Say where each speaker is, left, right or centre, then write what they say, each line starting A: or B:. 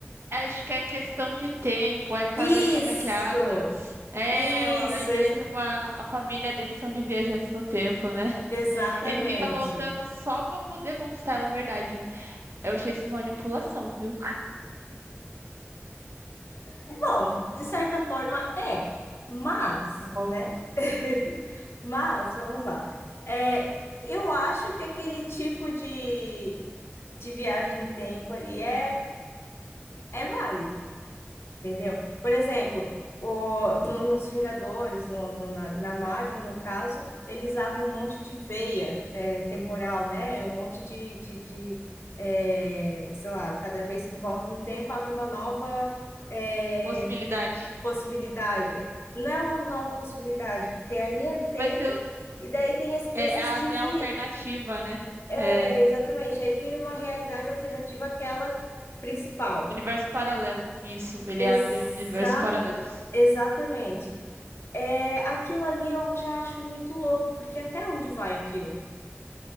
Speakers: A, on the right; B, on the left.
A: Acho que é questão de tempo. É com
B: Isso!
A: a Rachel McAdams. É,
B: Isso,
A: ó, ele
B: ex-
A: é de uma. A família dele são de viajantes no tempo, né?
B: exatamente.
A: Ele fica voltando só pra poder conquistar a verdade. Eu achei isso manipulação, viu?
B: Bom, de certa forma é, mas,
A: É Uma-
B: né?
A: uma
B: <laughs> Mas, vamos lá. É, eu acho que aquele tipo de, de viagem no tempo ali é, é válido, entendeu? Por exemplo, o, no- nos Vingadores, no, no- na, na Marvel, no caso, eles abrem um monte de veia é, temporal, né? Um monte de, de, de, é, sei lá, cada vez que volta no tempo, abre uma nova. é,
A: Possibilidade.
B: possibilidade. É, Não é uma nova possibilidade, que tem a linha do tempo
A: Mas eu,
B: e daí tem es-
A: é,
B: esses
A: abre
B: divi...
A: a alternativa, né?
B: É,
A: É
B: exatamente, aí vira uma realidade alternativa àquela principal.
A: universo paralelo. Isso, ele
B: Exa...
A: abre universos paralelos.
B: Exatamente. É, aquilo ali eu já acho muito louco, porque até onde vai aquilo?